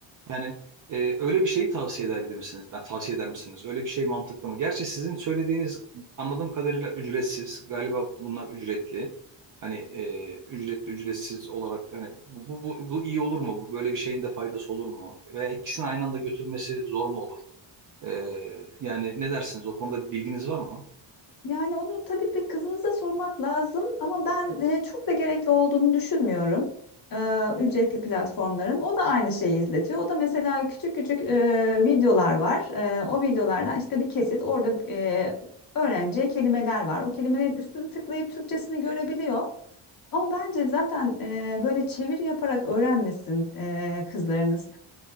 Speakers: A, on the right (about 40°); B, on the left (about 45°).
A: Yani e, öyle bir şeyi tavsiye edebilir misiniz? Yani tavsiye eder misiniz? Öyle bir şey mantıklı mı? Gerçi sizin söylediğiniz anladığım kadarıyla ücretsiz. Galiba bunlar ücretli. Hani e, ücretli ücretsiz olarak hani bu, bu, bu, bu iyi olur mu? Bu- Böyle bir şeyin de faydası olur mu? Veya ikisini aynı anda götürmesi zor mu olur? E, yani ne dersiniz? O konuda bir bilginiz var mı?
B: Yani onu tabii bir kızınıza sormak lazım ama ben eee, çok da gerekli olduğunu düşünmüyorum. Eee, ücretli platformların. O da aynı şeyi izletiyor. O da mesela küçük küçük eee, videolar var. Eee, o videolardan işte bir kesit orada eee öğrenci kelimeler var. O kelimelerin üstünü tıklayıp Türkçesini görebiliyor. Ama bence zaten e, böyle çeviri yaparak öğrenmesin e, kızlarınız.